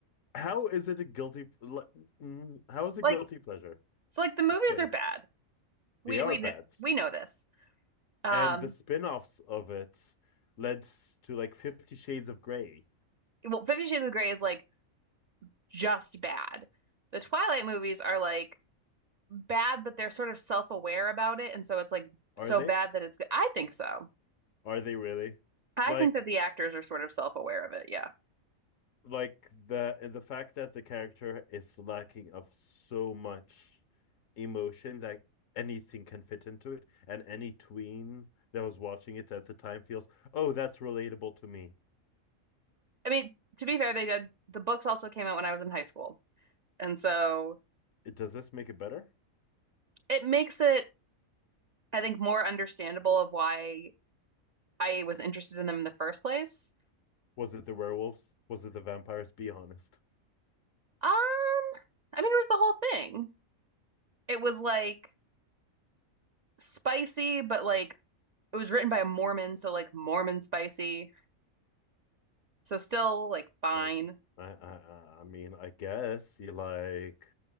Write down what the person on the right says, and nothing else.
Like,
so like the movies
are bad. We
we
kn- we know this. Um,
well, Fifty Shades of Grey is like just bad. The Twilight movies are like bad, but they're sort of self-aware about it, and so it's like
so
bad that it's good. I think so.
I
think that the actors are sort of self-aware of it. Yeah.
I mean, to be fair, they did. The books also came out when I was in high school, and so
it makes it, I think, more understandable of why I was interested in them in the first place.
Um, I mean, it was the whole thing. It was like spicy, but like it was written by a Mormon, so like Mormon spicy. So still like fine.